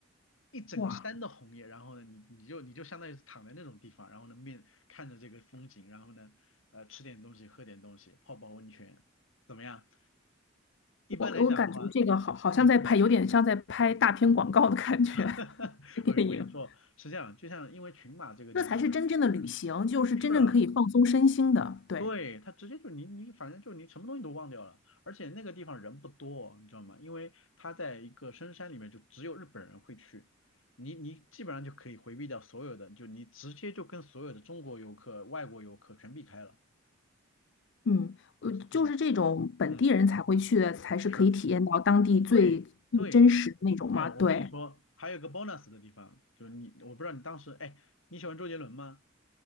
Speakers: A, on the left (about 80°); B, on the left (about 60°).
A: 一整个山的红叶，
B: 哇，
A: 然后呢，你你就你就相当于是躺在那种地方，然后呢面看着这个风景，然后呢，呃，吃点东西，喝点东西，泡泡温泉，怎么样？一般来讲的话，
B: 我我感觉这个好好像在拍，
A: 嗯嗯，
B: 有点像在拍大片广告的感觉，
A: <laughs> 哎，
B: <laughs> 电影。
A: 我跟你说是这样，就像因为群马这个地方呢，
B: 这才是真正的旅行，就是真正可以放松身心的。
A: 是啊。
B: 对。
A: 对，他直接就你你反正就你什么东西都忘掉了，而且那个地方人不多，你知道吗？因为他在一个深山里面，就只有日本人会去，你你基本上就可以回避掉所有的，就你直接就跟所有的中国游客、外国游客全避开了。
B: 嗯，呃，
A: 嗯
B: 就是这种本地人才会去的，
A: 嗯，
B: 才是可以体验到当地最最真实的那种嘛。
A: 是，对对，哎，我跟你说，
B: 对，
A: 还有个 bonus 的地方，就是你我不知道你当时哎你喜欢周杰伦吗？